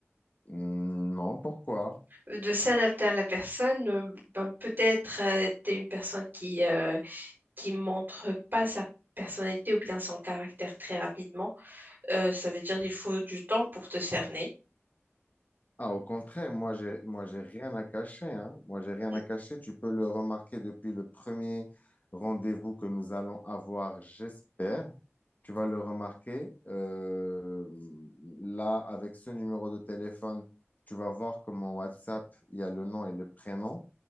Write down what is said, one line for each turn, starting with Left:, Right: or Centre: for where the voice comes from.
Left: Hmm, Non, pourquoi?
Right: de s'adapter à la personne. euh, Ben, peut-être euh, t'es une personne qui euh, qui montre pas sa personnalité ou bien son caractère très rapidement. Euh, ça veut dire qu'il faut du temps pour te cerner.
Left: Ah, au contraire, moi, j'ai, moi, j'ai rien à cacher, hein. Moi, j'ai rien
Right: <clears throat>
Left: à cacher. Tu peux le remarquer depuis le premier rendez-vous que nous allons avoir, j'espère. Tu vas le remarquer. Euh, là, avec ce numéro de téléphone, tu vas voir que mon WhatsApp, il y a le nom et le prénom.